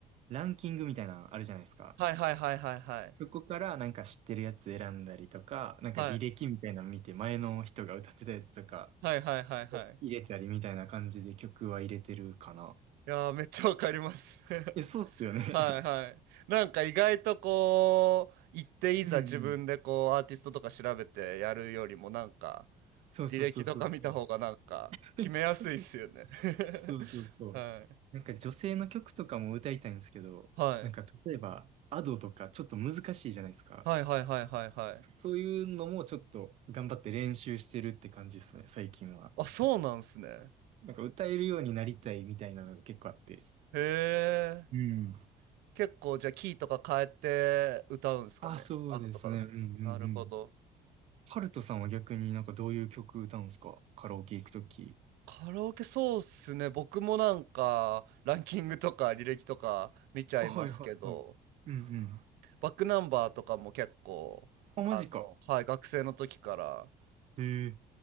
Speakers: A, on the right; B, on the right.
A: ランキングみたいなのあるじゃないですか。
B: はいはいはいはいはい。
A: そこからなんか知ってるやつ選んだりとか、なんか履歴みたいなの見て前の人が歌ってたやつとか
B: はいはいはいはいはい。
A: を入れたりみたいな感じで曲は入れてるかな。
B: いやー、めっちゃわかります。<laughs>
A: いや、そうっすよね。<laughs>
B: はいはい。なんか意外とこう、行っていざ自分でこう、
A: うんうん。<laughs>
B: アーティストとか調べてやるよりもなんか、
A: そうそうそうそうそう。
B: 履歴とか見た方がなんか、
A: <laughs>
B: 決めやすいっすよね。
A: そうそうそう
B: <laughs>
A: そうそうそう。
B: はい。
A: なんか女性の曲とかも歌いたいんですけど、
B: はい。
A: なんか例えば、アドとかちょっと難しいじゃないですか。
B: はいはいはいはいはい。
A: そういうのもちょっと頑張って練習してるって感じですね、最近は。
B: あ、そうなんすね。
A: なんか歌えるようになりたいみたいなのが結構あって。
B: へえ。
A: うん。
B: 結構じゃあキーとか変えて歌うんすかね。
A: あ、そうですね。
B: アドとかだと。
A: うんうんうん。
B: なるほど。
A: ハルトさんは逆になんかどういう曲歌うんですかカラオケ行くとき。
B: カラオケそうっすね。僕もなんかランキングとか履歴とか見ちゃいますけど、
A: あ、はいはいはい。うんうん。
B: バックナンバーとかも結構、
A: あ、マジか。
B: あの、はい、学生の時から、
A: へえ。